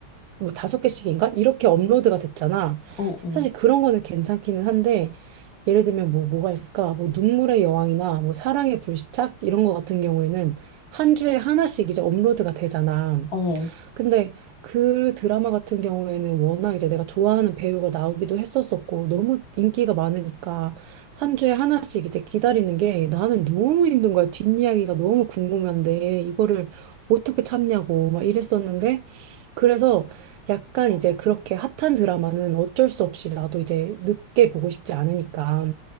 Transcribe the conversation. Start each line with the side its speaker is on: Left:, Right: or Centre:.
Right: 뭐 다섯 개씩인가 이렇게 업로드가 됐잖아.
Left: 어, 어,
Right: 사실 그런 거는 괜찮기는 한데 예를 들면 뭐 뭐가 있을까? 뭐 눈물의 여왕이나 뭐 사랑의 불시착 이런 거 같은 경우에는 한 주에 하나씩 이제 업로드가 되잖아.
Left: 어.
Right: 근데 그 드라마 같은 경우에는 워낙 이제 내가 좋아하는 배우가 나오기도 했었었고 너무 인기가 많으니까 한 주에 하나씩 이제 기다리는 게 나는 너무 힘든 거야. 뒷이야기가 너무 궁금한데 이거를 어떻게 참냐고 막 이랬었는데 그래서 약간 이제 그렇게 핫한 드라마는 어쩔 수 없이 나도 이제 늦게 보고 싶지 않으니까.